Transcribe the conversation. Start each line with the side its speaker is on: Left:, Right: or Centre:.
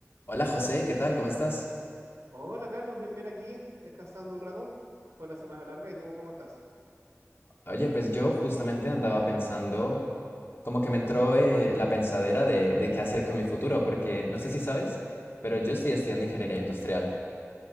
Left: Hola José, ¿qué tal? ¿Cómo estás?
Right: Hola Carlos, bien, bien aquí, descansando un rato. Fue una semana larga y tú, ¿cómo estás?
Left: Oye, pues yo justamente andaba pensando, como que me entró eh, la pensadera de, de qué hacer con mi futuro, porque no sé si sabes, pero yo estoy estudiando ingeniería industrial